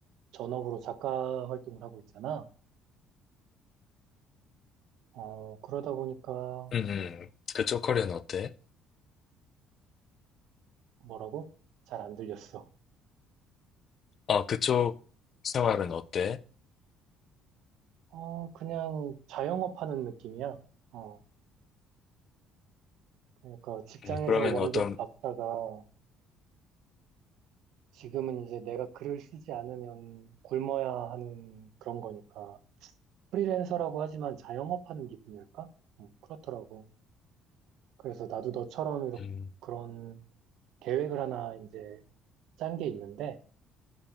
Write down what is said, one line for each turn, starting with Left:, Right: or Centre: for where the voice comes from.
Right: 전업으로 작가 활동을 하고 있잖아. 어, 그러다 보니까
Left: 음, 음. 그쪽 커리어는 어때?
Right: 뭐라고? 잘 안 들렸어.
Left: 어 그쪽 생활은 어때?
Right: 어, 그냥 자영업 하는 느낌이야. 어, 그러니까 직장에서
Left: 음, 그러면
Right: 월급
Left: 어떤
Right: 받다가 지금은 이제 내가 글을 쓰지 않으면 굶어야 하는 그런 거니까. 프리랜서라고 하지만 자영업 하는 기분일까? 음, 그렇더라고. 그래서 나도 너처럼 이렇게
Left: 음,
Right: 그런 계획을 하나 이제 짠 게 있는데,